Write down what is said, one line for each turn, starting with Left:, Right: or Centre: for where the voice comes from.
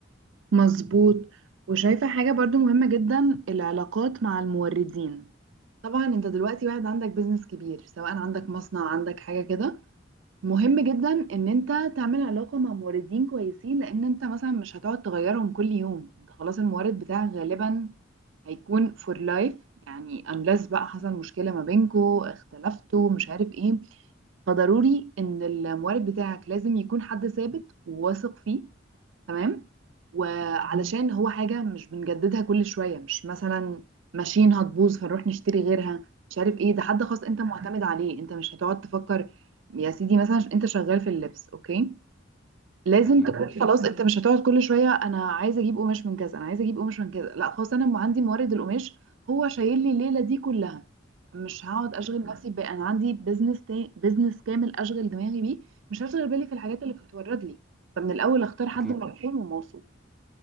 Right: مظبوط وشايفة حاجة برضو مهمة جدا العلاقات مع الموردين طبعا انت دلوقتي واحد عندك بيزنس كبير سواء عندك مصنع عندك حاجة كده مهم جدا ان انت تعمل علاقة مع موردين كويسين لان انت مثلا مش هتقعد تغيرهم كل يوم انت خلاص المورد بتاعك غالبا هيكون فور لايف يعني unless بقى حصل مشكلة ما بينكوا اختلفتوا مش عارف ايه فضروري ان المورد بتاعك لازم يكون حد ثابت وواثق فيه تمام وعلشان
Centre: م- م-
Right: هو حاجة مش بنجددها كل شوية مش مثلا ماشيين هتبوظ فنروح نشتري غيرها مش عارف ايه ده حد خاص انت
Centre: م.
Right: معتمد عليه انت مش هتقعد تفكر يا سيدي مثلا انت شغال في اللبس اوكي لازم
Centre: اكيد
Right: انا تكون
Centre: م-
Right: خلاص انت مش هتقعد كل شويه انا عايزه اجيب قماش من كذا انا عايزه اجيب قماش من كذا لا خلاص انا م- عندي مورد القماش هو شايل لي الليله دي كلها مش هقعد اشغل
Centre: م-
Right: نفسي بقى انا عندي بزنس تاني بزنس كامل اشغل دماغي بيه مش هشغل بالي في الحاجات
Centre: م.
Right: اللي بتتورد لي فمن الاول اختار حد
Centre: اكيد
Right: مرحوم وموثوق